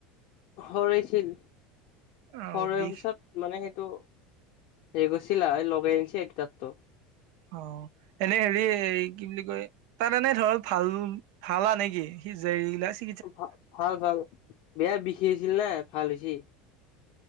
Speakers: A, on the left (about 50°); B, on the right (about 60°).
A: সৰাইছিল
B: অ'
A: সৰৱাৰ
B: বিষ
A: পিছত মানে সেইটো হেৰি গৈছিলা লগাই আন-ছে এইটো তাতো
B: অ এনে হেৰি এ কি বুলি কয় তাত মানে ধৰক ভাল ভালা নেকি সি যে ইগিলাত
A: ভাল ভাল ভাল বেয়া বিষাইছিল না ভাল হৈছি